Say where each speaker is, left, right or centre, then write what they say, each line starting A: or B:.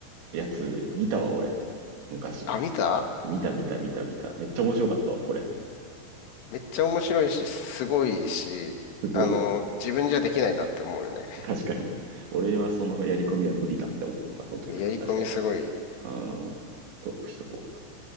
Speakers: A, on the right; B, on the left.
A: やつ見たわ、俺。昔。
B: あ、見た
A: 見た見た見た見た。めっちゃ面白かったわ、これ。
B: めっちゃ面白いし、すごいし、
A: すごい。
B: あの、自分じゃできないなって思うよね。
A: <laughs> 確かに。俺はそのやり込みは無理だって思った、その時も確かに。
B: やり込みすごい。
A: ああ、登録しとこ